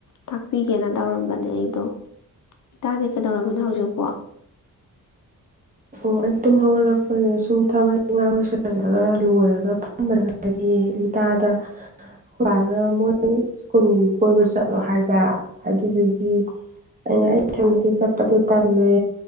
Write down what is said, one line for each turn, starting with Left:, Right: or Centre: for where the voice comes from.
Left: ꯇꯥꯛꯄꯤꯒꯦꯅ ꯇꯧꯔꯝꯕꯅꯦ ꯑꯩꯗꯣ ꯏꯇꯥꯗꯤ ꯀꯩꯗꯧꯔꯝꯃꯤꯅ ꯍꯧꯖꯤꯛꯄꯨ
Right: ꯑꯣ ꯑꯩ ꯇꯨꯝ ꯍꯧꯒꯠꯂꯛꯄꯒ ꯁꯨꯝ ꯊꯕꯛ ꯏꯪꯒꯥꯡ ꯂꯣꯏꯁꯤꯜꯂꯒ ꯂꯣꯏꯔꯒ ꯐꯝꯕꯗ ꯉꯥꯏꯔꯤꯌꯦ ꯏꯇꯥꯗ ꯕꯥꯅ ꯃꯣꯏ ꯁ꯭ꯀꯨꯜꯒꯤ ꯀꯣꯏꯕ ꯆꯠꯂꯣ ꯍꯥꯏꯕ ꯑꯗꯨꯗꯒꯤ ꯑꯩꯅ ꯑꯩ ꯏꯊꯟꯗꯗꯤ ꯆꯠꯄꯗꯣ ꯇꯜꯂꯦ